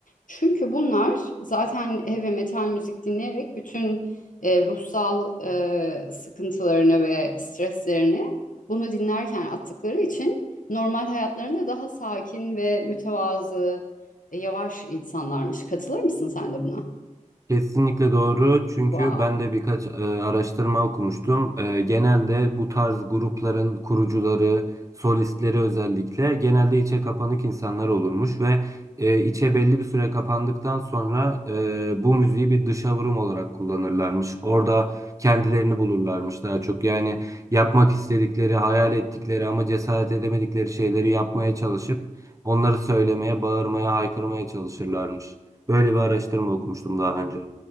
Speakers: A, on the left (about 80°); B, on the right (about 25°).
A: Çünkü bunlar zaten heavy metal müzik dinleyerek bütün e, ruhsal e, sıkıntılarını ve streslerini bunu dinlerken attıkları için normal hayatlarında daha sakin ve mütevazı, e, yavaş insanlarmış. Katılır mısın sen de buna?
B: Kesinlikle doğru çünkü
A: Wow.
B: ben de birkaç e, araştırma okumuştum. E, genelde bu tarz grupların kurucuları, solistleri özellikle genelde içe kapanık insanlar olurmuş ve e, içe belli bir süre kapandıktan sonra e, bu müziği bir dışa vurum olarak kullanırlarmış. Orada kendilerini bulurlarmış daha çok. Yani yapmak istedikleri, hayal ettikleri ama cesaret edemedikleri şeyleri yapmaya çalışıp onları söylemeye, bağırmaya, haykırmaya çalışırlarmış. Böyle bir araştırma okumuştum daha önce.